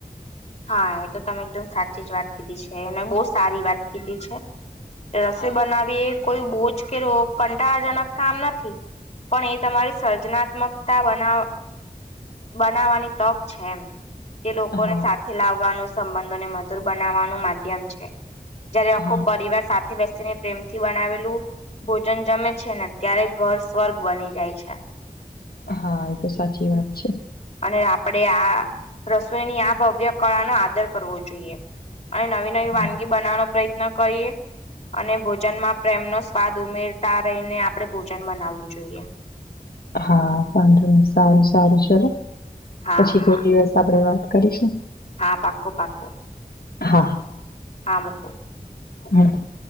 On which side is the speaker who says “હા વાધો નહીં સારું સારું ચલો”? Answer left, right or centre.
Left